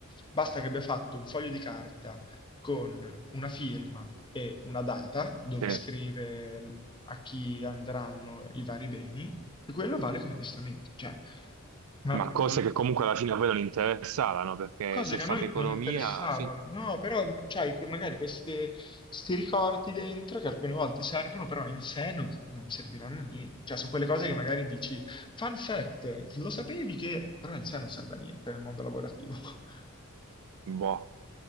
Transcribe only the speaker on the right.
Sì.
Ma cose
che comunque alla fine a voi non interessavano, perché
se
fate
economia,
fi-
boh.